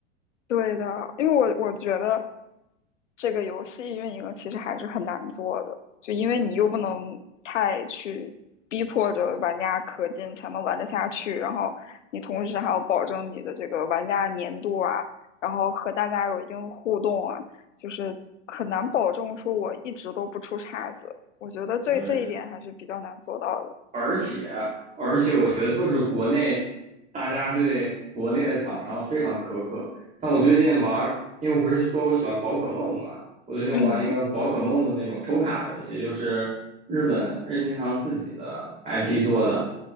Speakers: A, on the left; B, on the right.
A: 对的，因为我我觉得这个游戏运营其实还是很难做的，就因为你又不能太去逼迫着玩家氪金才能玩得下去，然后你同时还要保证你的这个玩家粘度啊，然后和大家有一定的互动啊，就是很难保证说我一直都不出岔子。我觉得这这一点还是比较难做到的。
B: 对。而且而且，我觉得就是国内大家对国内的厂商非常苛刻。但我最近玩儿，因为我不是说我喜欢宝可梦嘛，我最近玩一个宝可梦的那种抽卡游戏，
A: 嗯，
B: 就是日本任天堂自己的 IP 做的，